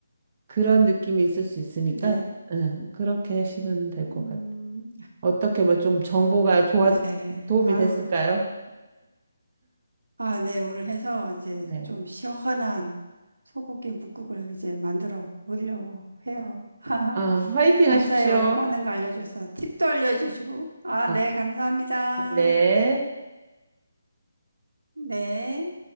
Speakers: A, on the right; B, on the right.
A: 그런 느낌이 있을 수 있으니까,
B: 네.
A: 예, 그렇게 하시면 될 것
B: 음,
A: 같아요. 어떻게 뭐 좀 정보가 좋았,
B: 네.
A: 도움이
B: 아유,
A: 됐을까요?
B: 아, 네. 오늘 해서 이제
A: 네.
B: 좀 시원한 소고기 뭇국을 이제 만들어 보려고 해요. <laughs>
A: 아, 화이팅
B: 감사해.
A: 하십시오.
B: 오늘 많은 거 알려줘서 팁도 알려주시고. 아,
A: 아,
B: 네, 감사합니다.
A: 네.
B: 네.